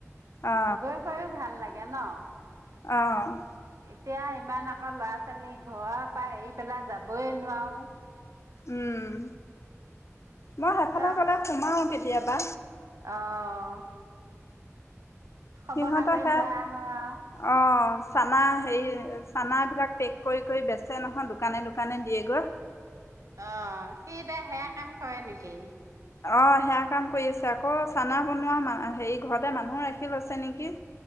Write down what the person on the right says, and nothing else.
গৈ কৰিওঁ ভাল লাগে। লাগে ন।
এতিয়া ইমান আকৌ ল'ৰা ছোৱালী ঘৰৰ পৰা এৰি পেলাই যাবই নোৱাৰোঁ।
ত
অ' খবৰ
খাতৰি
লৈ আহোঁ আৰু।
অ' সেই সেয়া কাম কৰে নেকি।